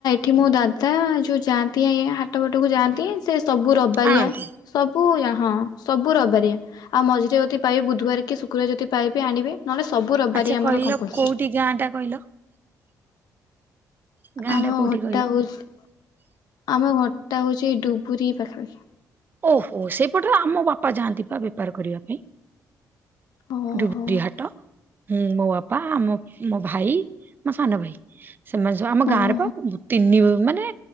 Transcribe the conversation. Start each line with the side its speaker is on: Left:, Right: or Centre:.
Left: କି ମୋ ଦାଦା ଯୋଉ ଯାଆନ୍ତି ଏ ଏ ହାଟ ବାଟକୁ ଯାଆନ୍ତି ସେ ସବୁ ରବ ବାରିଆ,
Right: ଆଣନ୍ତି
Left: ସବୁ ର ହଁ ସବୁ ରବିବାରିଆ। ଆଉ ମଝିରେ ଯଦି ପାଏ ବୁଧବାର କି ଶୁକ୍ରବାର ଯଦି ପାଇବେ ଆଣିବେ। ନହେଲେ, ସବୁ ରବିବାରି
Right: ଆଚ୍ଛା
Left: ଆମର
Right: କହିଲ
Left: କମ୍ପଲସରୀ।
Right: କୋଉଠି ଗାଁ ଟା କହିଲ? ଗାଁ
Left: ଆମ
Right: ଟା କୋଉଠି
Left: ଘରଟା
Right: କହିଲ?
Left: ହଉଛି ଆମ ଘରଟା ହଉଛି ଡୁବରି ପାଖାପାଖି।
Right: ଓହୋ! ସେଇପଟର ଆମ ବାପା ଯାଆନ୍ତି ପା ବେପାର କରିବା ପାଇଁ।
Left: ଓହୋ
Right: ଡୁବରି ହାଟ। ହୁଁ, ମୋ ବାପା, ଆମ ମୋ ଭାଇ, ମୋ ସାନ ଭାଇ। ସେମାନେ ସବୁ ଆମ ଗାଁରେ
Left: ଓହୋ
Right: ପା। ତିନି ମାନେ